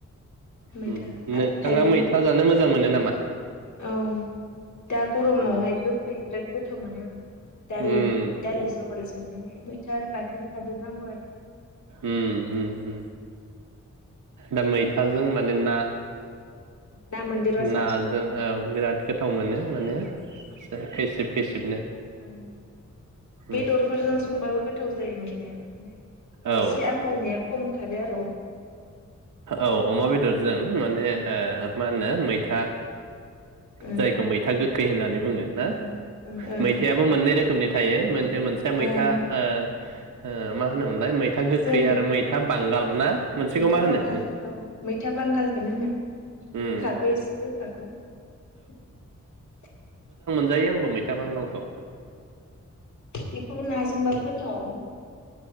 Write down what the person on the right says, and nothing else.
<inaudible> उम
नोंथाङा
मैथा जानो मोजां मोनो ना मा
उम
उम
उम उम उम दा मैथाजों माने ना
ना जोंहाय
औ बिराद गोथाव मोनो माने एसेखै सिब खैसिबनो
उम
औ
औ अमा बेदरजों माने ओ मा होनो मैथा
जायखौ मैथा गोखै होननानै बुङो ना
मैथायाबो मोननै रोखोमनि थायो मोन बे मोनसेया
मैथा
ओ ओ मा होनो मोनलबाय मैथा गोखै
आरो मैथा बांगाल ना मोनसेखौ
मा होनो
नों
उम
जायो आंबो म मैथा बांगालखौ उ